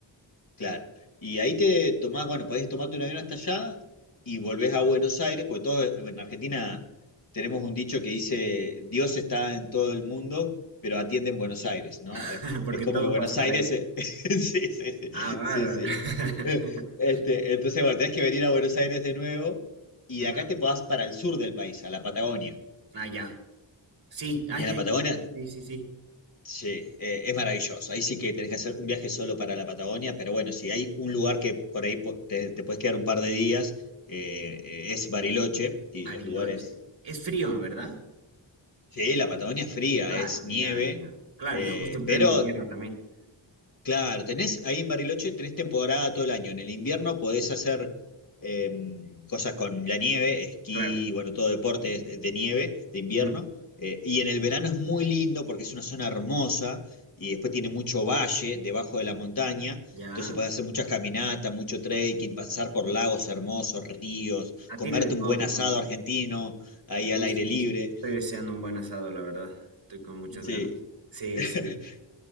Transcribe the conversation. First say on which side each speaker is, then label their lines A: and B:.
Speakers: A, on the left; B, on the right.
A: Claro. Y ahí te tomás, bueno, podés tomarte un avión hasta allá y volvés a Buenos Aires, porque todos eh, en Argentina tenemos un dicho que dice, Dios está en todo el mundo, pero atiende en Buenos Aires, ¿no?
B: <laughs>
A: Eh,
B: Porque
A: Es como
B: todo
A: que Buenos
B: pasa por
A: Aires...
B: ahí.
A: eh, <laughs> sí, sí,
B: Ah,
A: sí,
B: bárbaro.
A: sí, sí.
B: <laughs>
A: Eh, Este, entonces, bueno, tenés que venir a Buenos Aires de nuevo y
B: Ujú,
A: de acá te podás para el sur del país, a la Patagonia.
B: Ah, ya. Sí, ah,
A: Y
B: ya,
A: en la
B: ya.
A: Patagonia
B: ya, Sí, sí, sí.
A: Sí, eh, es maravilloso. Ahí sí que tenés que hacer un viaje solo para la Patagonia, pero bueno, si hay un lugar que por ahí po- te, te puedes quedar un par de días, eh, eh, es Bariloche y
B: Bariloche.
A: los lugares...
B: Es frío, ¿verdad?
A: mm, Sí, la Patagonia es fría,
B: Claro,
A: es nieve,
B: ya, ya. Claro,
A: eh,
B: y justo en pleno
A: pero
B: invierno también.
A: Claro, tenés ahí en Bariloche, tenés temporada todo el año. En el invierno podés hacer eh, cosas con la nieve, esquí,
B: Claro.
A: bueno, todo deporte es de, de nieve, de invierno.
B: ujú,
A: Eh, y en el verano es muy lindo porque es una zona hermosa y después tiene mucho valle debajo de la montaña.
B: Ya.
A: Entonces podés hacer muchas caminatas, mucho trekking, pasar por lagos hermosos, ríos,
B: Ah,
A: comerte
B: tiene de todo,
A: un buen
B: entonces.
A: asado argentino ahí
B: Uy,
A: al aire
B: sí,
A: libre.
B: estoy deseando un buen asado, la verdad. Estoy con muchas
A: Sí.
B: ganas. Sí,
A: <laughs>
B: sí.